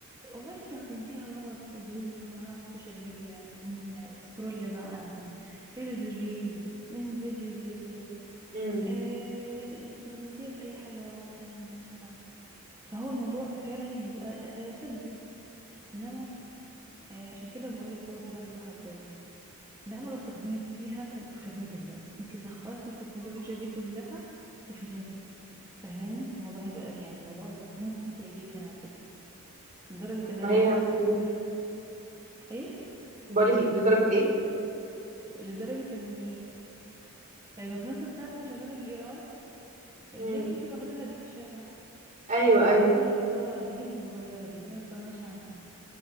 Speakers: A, on the right; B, on the right.
A: والله استخدمتيها غلط وفضلت طول النهار على السوشيال ميديا من سكرول بقى من ريلز الريلز من فيديو الفيديو
B: امم
A: آه، استخدمتيها في أي حاجة غلط تانية مثلا فهو الموضوع فعلا هيبقى آه، سلبي إنما آه، عشان كده بقولك هو سلاح ذو حدين إنما لو استخدمتيها في خدمتك بقى أنت سخرتي التكنولوجيا دي كلها لخدمتك فاهماني الموضوع هيبقى يعني موضوع ممتع جدا على فكرة لدرجة إن أنا
B: ما هي
A: <laughs>
B: جميل
A: إيه
B: بقولك لدرجة إيه
A: لدرجة إني آه، المكنسة بتاعتي شغالة بالاي اي اللي
B: امم
A: هي بتمشي لوحدها دي في الشقة
B: أيوه أيوه
A: عايزة اقول لك اه دي بنت صغيرة دي دي انا ما استغناش عنها